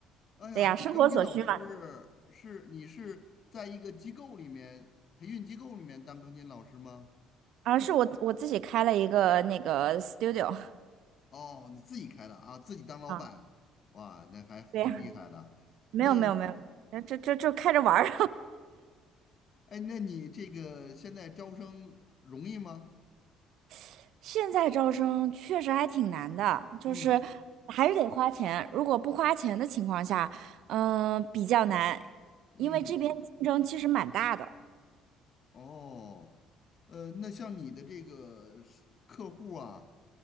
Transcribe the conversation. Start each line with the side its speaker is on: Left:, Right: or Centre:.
Left: 哎呀，
Right: 对呀，
Left: 那钢琴老师是你是在一个机构里面，
Right: 生活所需嘛。
Left: 培训机构里面当钢琴老师吗？
Right: 啊，是我我自己开了一个那个 studio
Left: 哦，你自己开的啊，自己当老板，
Right: 啊
Left: 哇，那还挺厉害的。
Right: <laughs>，对呀，没有没有没有，
Left: 那，
Right: 这这这就开着玩儿。
Left: 哎，那你这个现在招生容易吗？
Right: <laughs> 现在招生确实还挺难的，就是还是得花钱。
Left: 嗯
Right: 如果不花钱的情况下，嗯、比较难，
Left: 嗯。
Right: 因为这边竞争其实蛮大的。
Left: 哦，呃，那像你的这个是客户啊，